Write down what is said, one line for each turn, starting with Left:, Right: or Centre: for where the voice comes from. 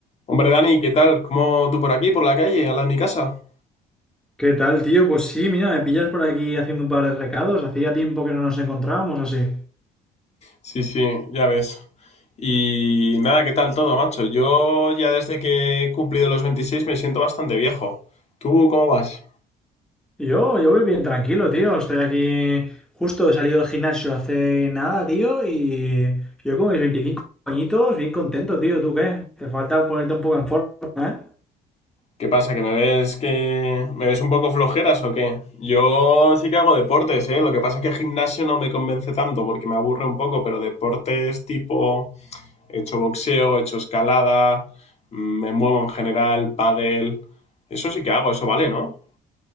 Left: Hombre, Dani, ¿qué tal? ¿Cómo tú por aquí, por la calle, al lado de mi casa?
Centre: ¿Qué tal, tío? Pues sí, mira, me pillas por aquí haciendo un par de recados. Hacía tiempo que no nos encontrábamos así.
Left: Sí, sí, ya ves. Y nada, ¿qué tal todo, macho? Yo ya desde que he cumplido los 26 me siento bastante viejo. ¿Tú cómo vas?
Centre: Yo, yo voy bien tranquilo, tío. Estoy aquí justo he salido del gimnasio hace nada, tío, y yo con mis 25 añitos, bien contento, tío. ¿Tú qué? Te falta ponerte un poco en forma, ¿eh?
Left: ¿Qué pasa? ¿Que me ves que me ves un poco flojeras o qué? Yo sí que hago deportes, ¿eh? Lo que pasa es que gimnasio no me convence tanto porque me aburre un poco, pero deportes tipo he hecho boxeo, he hecho escalada, mm, me muevo en general, pádel, eso sí que hago, eso vale, ¿no?